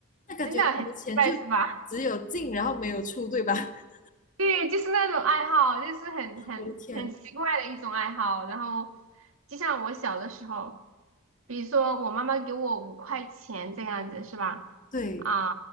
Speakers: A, on the left (about 40°); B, on the right (about 80°).
A: 那感觉你的钱就
B: 真的很奇怪是吧？
A: 只有进然后没有出，对吧？<laughs>
B: 对，就是那种爱好，就是很很很奇怪的一种爱好。
A: 我的天，
B: 然后，就像我小的时候，比如说我妈妈给我五块钱这样子，是吧？
A: 对。
B: 啊，